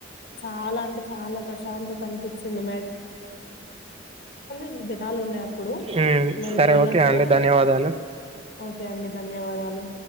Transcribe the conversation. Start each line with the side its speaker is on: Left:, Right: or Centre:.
Left: చాలా అంటే చాలా ప్రశాంతత అనిపిచ్చింది. అ <unintelligible> జనాలు ఉండే అప్పుడు
Right: మ్మ్
Left: మేము
Right: సరే
Left: వెళ్ళినప్పుడు
Right: ఓకే అండి ధన్యవాదాలు
Left: ఓకే అండి ధన్యవాదాలు